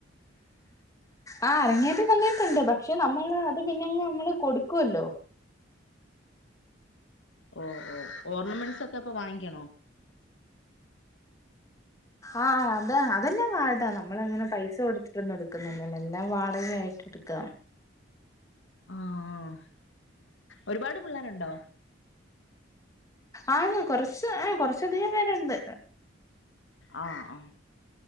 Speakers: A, on the left (about 15°); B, on the left (about 70°).
A: ആ അറങ്ങേറ്റ സമയത്തുണ്ട് പക്ഷേ നമ്മൾ അത് പിന്നെങ്ങ് നമ്മള് കൊടുക്കുവല്ലോ
B: ഓ ഓ ഓർണമെൻസോക്കെ അപ്പൊ വാങ്ങിക്കണോ
A: ആഹ അത അതെന്നാ വാഴ നമ്മള അങ്ങനെ പൈസ കൊടുത്തിട്ടൊന്നും എടുക്കുന്നില്ലല്ലോ എല്ലാം വാടകായിട്ട് എടുക്ക
B: ആ ആ ഒരുപാട് പിള്ളേരുണ്ടോ
A: ആന്ന് കൊറച്ച് ആ കൊറച്ച അധികം പേരുണ്ട്
B: ആഹ ആ